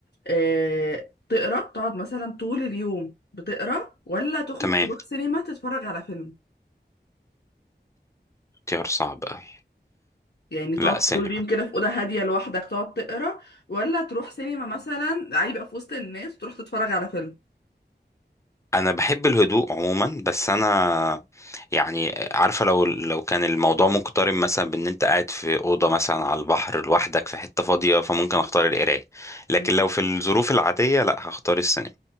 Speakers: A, on the left; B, on the left.
A: آه، تقرا تقعد مثلا طول اليوم بتقرا ولا تخرج
B: تمام
A: تروح سينما تتفرج على فيلم
B: اختيار صعب قوي
A: يعني
B: لا
A: تقعد
B: سينما
A: طول اليوم كده في اوضه هاديه لوحدك تقعد تقرا ولا تروح سينما مثلا عادي بقى في وسط الناس وتروح تتفرج على فيلم
B: انا بحب الهدوء عموما بس انا يعني عارفه لو لو كان الموضوع مقترن مثلا بان انت قاعد في اوضه مثلا على البحر لوحدك في حته فاضيه فممكن اختار القرايه لكن
A: م.
B: لو في الظروف العاديه لا هختار السينما